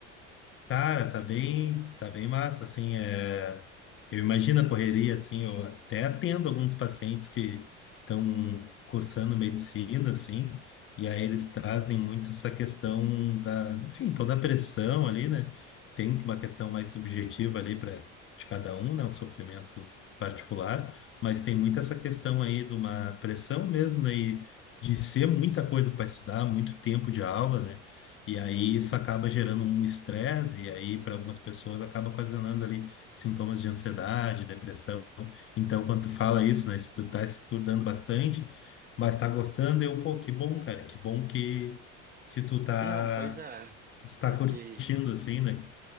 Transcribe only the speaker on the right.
Não, pois é.
Porque,